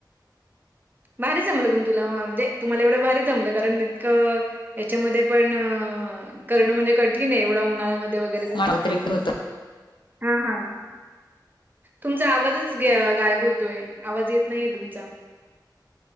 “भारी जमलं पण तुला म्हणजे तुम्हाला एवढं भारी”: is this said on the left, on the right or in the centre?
Right